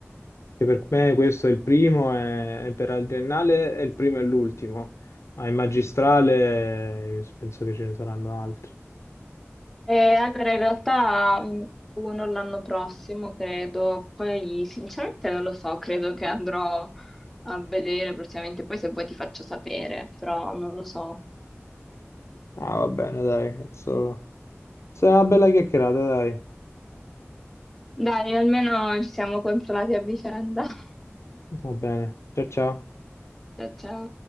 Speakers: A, on the left; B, in the centre.
A: che per me questo è il primo e, e per la triennale è il primo e l'ultimo, ma in magistrale eh, penso che ce ne saranno altri.
B: Eh, allora, in realtà mh, uno l'anno prossimo, credo, poi sinceramente non lo so, credo che andrò a vedere prossimamente, poi se vuoi ti faccio sapere, però non lo so.
A: Ah, va bene, dai, penso... Sarà una bella chiacchierata, dai.
B: Dai, almeno ci siamo consolati a vicenda. <laughs>
A: Va bene, ciao ciao.
B: Ciao, ciao.